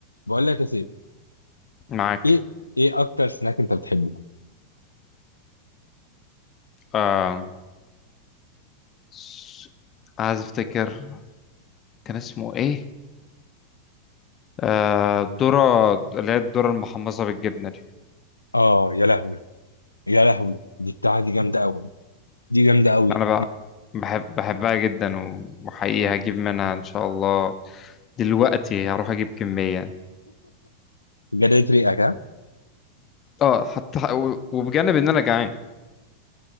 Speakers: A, on the left; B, on the left.
A: بقول لك يا سيف
B: معاك
A: ايه ايه اكتر سناك انت بتحبه
B: آه... س- عايز افتكر كان اسمه ايه آه... الذرة اللي هي الذرة المحمصة بالجبنة دي
A: اه يا لهوي يا لهوي دي بتاعه دي جامده قوي دي جامده قوي
B: انا بقى بحب بحبها جدا و- وحقيقي هجيب منها ان شاء الله دلوقتي هروح اجيب كمية
A: جريت ريقك ها
B: اه حتى و- وبجانب ان انا جعان